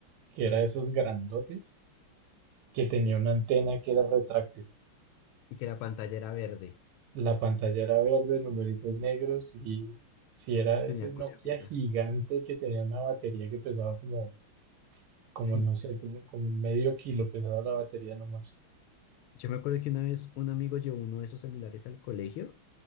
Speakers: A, on the right; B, on the left.
A: que era esos grandotes, que tenía una antena que era retráctil.
B: Y que la pantalla era verde.
A: La pantalla era verde, numeritos negros y si era
B: Tenía
A: ese Nokia
B: cuerpita.
A: gigante que tenía una batería que pesaba como, como
B: Sí,
A: no sé, como, como medio kilo pesaba la batería nomás.
B: yo me acuerdo que una vez un amigo llevó uno de esos celulares al colegio